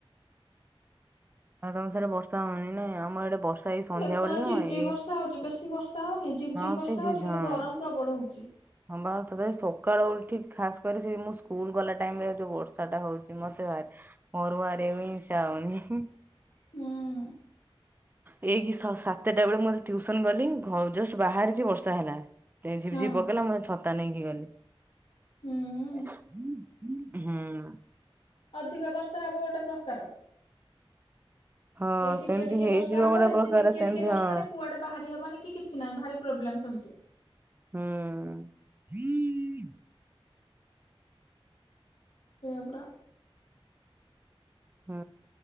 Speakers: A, on the right (about 20°); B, on the left (about 90°).
A: ଆଉ ତମ ସିଆଡ଼େ ବର୍ଷା ହଉନି ନାଇଁ ଆମ ଇଆଡ଼େ ବର୍ଷା ଏଇ ସନ୍ଧ୍ୟାବେଳେ
B: ଦେଖୁନ ଝିପ୍
A: ନୁହଁ
B: ଝିପ୍
A: ଏଇ
B: ବର୍ଷା ହଉଚି ବେଶୀ ବର୍ଷା ହଉନି ଝିପ୍
A: ହଁ
B: ଝିପ୍ ବର୍ଷା
A: ସେ
B: ହଉଚି
A: ଝା
B: କିନ୍ତୁ
A: ହଁ।
B: ଗରମ ପ୍ରବଳ ହଉଚି।
A: ହଁ ବା ତଥାପି ସକାଳୁ ଉଠିକି ଖାସ୍ କରି ସେ ମୁଁ ସ୍କୁଲ୍ ଗଲା ଟାଇମ୍ ରେ ଯୋଉ ବର୍ଷା ଟା ହଉଚି ମତେ ଭାରି ମୋର ବାହାରିବାକୁ ଇଚ୍ଛା ହଉନି।
B: ହୁଁ।
A: ଏଇକିି ସ ସାତଟା ବେଳେ ମୁଁ ଯେତେବେଳେ ଟିୟୁସନ୍ ଗଲି ଘ ଜଷ୍ଟ ବାହାରିଛି ବର୍ଷା ହେଲା। ପ୍ରାଏ ଝିପ୍
B: ହଁ
A: ଝିପ୍ ପକେଇଲା ମୁଁ ଛତା ନେଇକି ଗଲି।
B: ହୁଁ।
A: ହୁଁ।
B: ଅଧିକା ବର୍ଷା ହବ ଗୋଟେ ପ୍ରକାର।
A: ହଁ
B: ଏଇ ଟିକେ
A: ସେମିତି
B: ଟିକେ
A: ହେଇଯିବ
B: ବର୍ଷା ହବ
A: ଗୋଟେ
B: ସେତିକି
A: ପ୍ରକାର
B: ଟିକେ
A: ସେମିତି
B: ଟିକେ ବର୍ଷାରେ
A: ହଁ।
B: କୁଆଡ଼େ ବାହାରି ହବନି କିଛି ନାହିଁ ଭାରି ପ୍ରୋବ୍ଲେମ୍ ସେମିତି।
A: ହୁଁ। <inaudible>
B: ସେୟାପରା।
A: ହୁଁ।